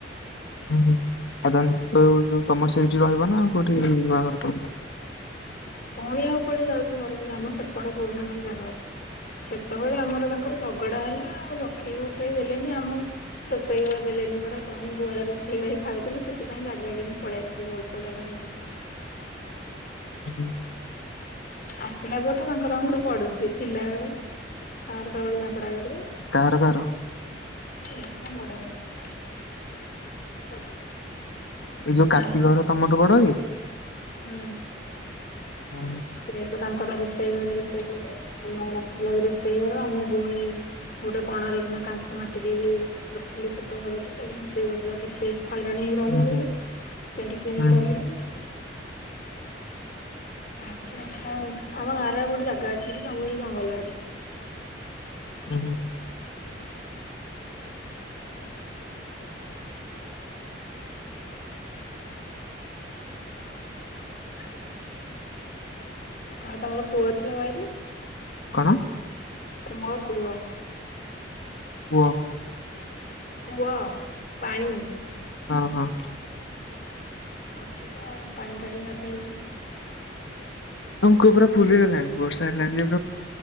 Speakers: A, on the left; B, on the left.
A: ହୁଁ ହୁଁ ସାଧାରଣ ଯୋଉ ତମର ସେଇଠି ରହିବ ନା ଆଉ କୋଉଠି ନୂଆ ଘର କରିବ।
B: ପୁଣି ଆଉ କୁଆଡେ ଯାଉଛି ଘରଫର ଆମ ସେପଟେ ପୁରୁଣା ଘରେ ଜାଗା ଅଛି। ସେତେବେଳେ ଆମର ତାଙ୍କର ଝଗଡା ହେଲା ଆଉ ରଖେଇ ବସେଇ ଦେଲେନି ଆମକୁ। ରୋଷେଇ ଘର ଦେଲେନି ପରା କହନି ଗୁଆଳେ ରୋଷେଇ କରି ଖାଉଥିଲୁ, ସେଥିପାଇଁ ଜାଗା କିଣି ପଳେଇ ଆସିଲୁ। ଅଳ୍ପ ଯାଗା ହୋଉ ପଛେ।
A: ହୁଁ ଉଁ
B: ଆସିଲା ପରଠୁ ତାଙ୍କର ଆମର ବଢୁଛି, ଥିଲା ବେଳେ ତାଙ୍କର ସବୁବେଳେ ଝଗଡା କରିବେ।
A: କାହାର କାହାର?
B: ଏଇ ମୋ ବଡ଼ବୋଉ। <inaudible>
A: ଏଇ ଯୋଉ କାର୍ତ୍ତିକ
B: ଆର
A: ଘର ତମଠୁ ବଡ଼ କି?
B: ହୁଁ।
A: ଓ
B: ଯେହେତୁ ତାଙ୍କର ରୋଷେଇ ଘର ରୋଷେଇ କଲେ, ତମର ନଥିଲା ବି ରୋଷେଇ ଘର ଆମର ଗୁହାଳେ ଗୋଟେ କଣରେ କିନା କାନ୍ଥ ମାଟି ଦେଇକି କରିଥିଲୁ ଛୋଟ ଘରଟେ, ସେଇଠି ରୋଷେଇ କରୁଥିଲୁ କେତେ ହଇରାଣ ରହିବୁ
A: ହୁଁ ହୁଁ
B: ବୋଲି, ସେଇଠି କିଣିକି
A: ହୁଁ
B: ରହିଲୁ। ତାପରେ ଦେଖିବା, ଆମ ଗାଁରେ ଗୋଟେ ଜାଗା ଅଛି ସବୁ ଏଇ ଜଙ୍ଗଲ ଆଡ଼େ।
A: ହୁଁ
B: <inaudible> <unintelligible> ଆଉ ତମର କୂଅ ଅଛି ବାଇରେ?
A: କଣ?
B: କୁଅ, କୁଅ।
A: କୁଅ।
B: କୂଅ ପାଣି।
A: ହଁ ହଁ।
B: ଅଛି ତ ଆଉ ପାଣି କାଢ଼ି ଗାଧେଇବୁ।
A: ଆଉ କୂଅ ପୁରା ଫୁଲ ହେଇଗଲାଣି ବର୍ଷା ହେଲାଣି